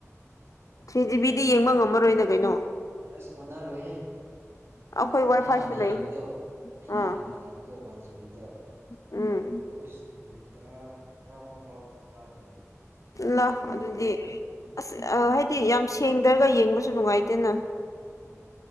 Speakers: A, on the left; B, on the right.
A: ꯊ꯭ꯔꯤ ꯖꯤꯕꯤꯗꯤ ꯌꯦꯡꯕ ꯉꯝꯃꯔꯣꯏꯅ ꯀꯩꯅꯣ
B: ꯑꯦꯁ ꯀꯣꯟꯅꯔꯣꯏꯍꯦ
A: ꯑꯩꯈꯣꯏ ꯋꯥꯏ
B: ꯑꯩ
A: ꯐꯥꯏꯁꯨ
B: ꯍꯥꯟꯅ
A: ꯂꯩ
B: ꯌꯦꯡꯕꯗꯣ ꯑꯩꯅ
A: ꯑꯥ
B: ꯍꯥꯟꯅ ꯌꯦꯡꯕꯗꯣ ꯋꯥꯟ ꯖꯤꯕꯤꯗꯣ
A: ꯎꯝ
B: ꯏꯁ ꯃꯤꯅꯤꯠ ꯇꯔꯥ ꯇꯔꯥ ꯐꯥꯎ ꯐꯥꯎ ꯐꯥꯗꯦꯅꯦ꯫
A: ꯂꯥ ꯑꯗꯨꯗꯤ ꯑꯁ ꯑꯃꯥ ꯍꯥꯏꯗꯤ ꯌꯥꯝ ꯁꯦꯡꯗ꯭ꯔꯒ ꯌꯦꯡꯕꯁꯨ ꯅꯨꯡꯉꯥꯏꯇꯦꯅ꯫
B: ꯎꯝ